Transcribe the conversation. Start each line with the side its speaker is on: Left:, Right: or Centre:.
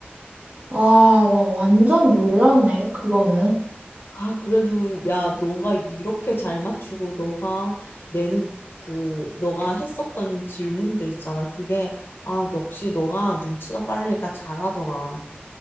Right: 와, 나 완전 몰랐네, 그거는.
Left: 아, 그래도 야, 너가 이렇게 잘 맞추고 너가 내는 그 너가 했었던 질문들 있잖아. 그게 아, 역시 너가 눈치가 빠르니까 잘하더라.